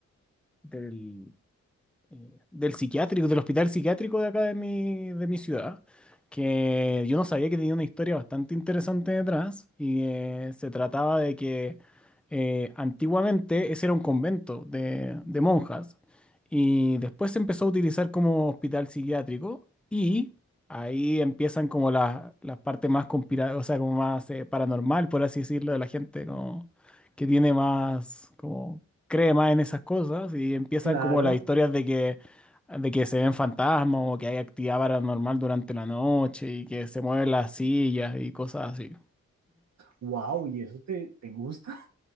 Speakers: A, in the centre; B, on the right.
A: del, eh, del psiquiátrico, del hospital psiquiátrico de acá de mi, de mi ciudad, que yo no sabía que tenía una historia bastante interesante detrás y eh, se trataba de que eh, antiguamente ese era un convento de, de monjas y después se empezó a utilizar como hospital psiquiátrico y ahí empiezan como las las partes más conspira- o sea, como más eh, paranormal, por así decirlo, de la gente como que tiene más como cree más en esas cosas y empiezan
B: Claro.
A: como las historias de que, de que se ven fantasmas o que hay actividad paranormal durante la noche y que se mueven las sillas y cosas así.
B: ¡Wow! ¿Y eso te, te gusta?